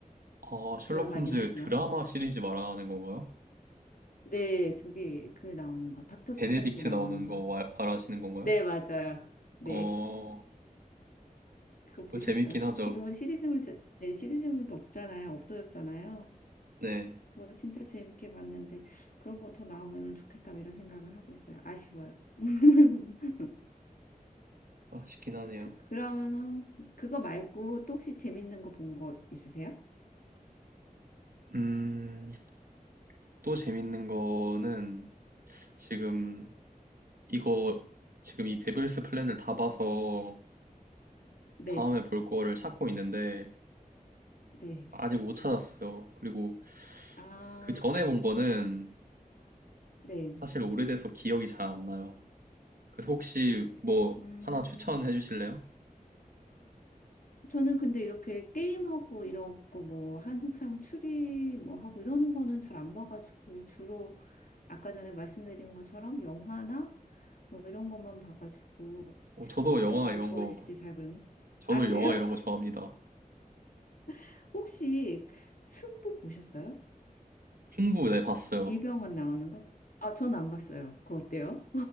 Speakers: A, on the right (about 75°); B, on the left (about 70°).
A: 아, 셜록
B: 드라마이긴
A: 홈즈
B: 하지만.
A: 드라마 시리즈 말하는 건가요?
B: 네, 저기 그 나오는 거, 닥터 스트레인지
A: 베네딕트
B: 나오는
A: 나오는
B: 거요.
A: 거 와- 말하시는 건가요?
B: 네, 맞아요. 네,
A: 어,
B: 그거 보셨어요?
A: 그거 재밌긴 하죠.
B: 지금은 시리즈물, 자- 네, 시리즈물도 없잖아요. 없어졌잖아요.
A: 네.
B: 그거 진짜 재밌게 봤는데 그런 거 더 나오면은 좋겠다 뭐 이런 생각을 하고 있어요. 아쉬워요. <laughs>
A: 아쉽긴 하네요.
B: 그, 그러면은 그거 말고 또 혹시 재밌는 거 본 거 있으세요?
A: 음, 또 재밌는 거는 지금 이거 지금 이 데빌스 플랜을 다 봐서
B: 네,
A: 다음에 볼 거를 찾고 있는데
B: 네.
A: 아직 못 찾았어요. 그리고
B: 아,
A: 그 전에 본 거는
B: 네.
A: 사실 오래돼서 기억이 잘 안 나요. 그래서 혹시 뭐
B: 음.
A: 하나 추천해 주실래요?
B: 저는 근데 이렇게 게임하고 이러고 뭐 항상 추리 뭐 하고 이러는 거는 잘 안 봐가지고 주로 아까 전에 말씀드린 것처럼 영화나 뭐 이런 것만 봐가지고
A: 어, 저도 영화
B: 이런 것도
A: 이런
B: 좋아하실지
A: 거,
B: 잘 모르겠.
A: 저도
B: 아 그래요?
A: 영화 이런 거 좋아합니다.
B: <laughs> 혹시 승부 보셨어요?
A: 승부 네 봤어요.
B: 이병헌 나오는 거? 아, 전 안 봤어요. 그거 어때요?